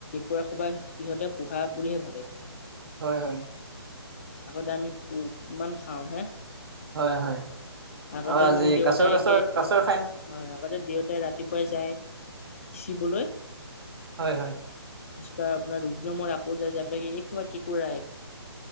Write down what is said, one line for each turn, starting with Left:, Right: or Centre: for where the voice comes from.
Left: কুকুৰা খোবাই সিহঁতে পোহা বুলিহে ভাবে।
Right: হয়-হয়।
Left: আগতে আমি প কিমান খাও হে।
Right: হয়-হয়
Left: আগতে
Right: আৰু আজি
Left: মোৰ দেউতাই
Right: কাছৰ-কাছৰ-কাছৰ।
Left: একে হয়, আগতে দেউতাই ৰাতিপুৱাই যায় সিচিবলৈ
Right: হয়-হয়।
Left: তাৰপিছত আৰু আপোনাৰ দুদিন মূৰত আকৌ যা যায় আপোনাকে এই কেকোঁৰা